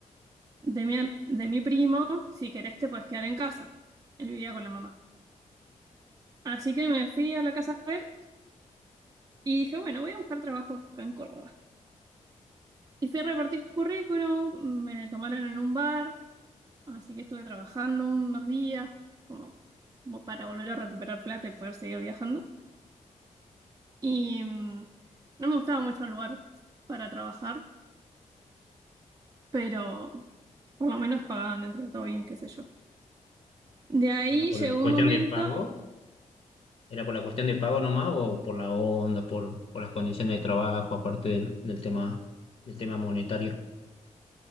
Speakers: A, on the right; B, on the left.
A: de mi, am- de mi primo, si querés te puedes quedar en casa. Él vivía con la mamá. Así que me fui a la casa de él y dije, bueno, voy a buscar trabajo acá en Córdoba. Y fui a repartir currículum, me tomaron en un bar, Así que estuve trabajando unos días como mo- para volver a recuperar plata y poder seguir viajando. Y mm, no me gustaba mucho el lugar para trabajar, pero por lo menos pagaban dentro de todo bien, qué sé yo. De ahí
B: Eh, Por
A: llegó
B: la cuestión
A: un momento,
B: de pago.
A: no, no
B: ¿Era por la cuestión de pago nomás o por la onda, por, por las condiciones de trabajo, aparte del, del tema, del tema monetario?